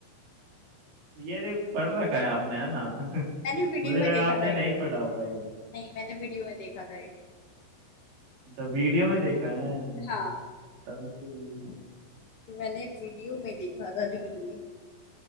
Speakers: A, on the right (about 80°); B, on the left (about 55°).
A: ये रे पढ़ रखा है आपने है ना <laughs>
B: मैंने वीडियो
A: मुझे
B: में
A: लगा
B: देखा
A: आपने
B: था एक
A: नहीं पढ़ा होगा ये
B: नहीं मैंने वीडियो में देखा था एक
A: सब वीडियो में देखा है
B: हाँ
A: तभी
B: मैंने वीडियो में देखा था रील में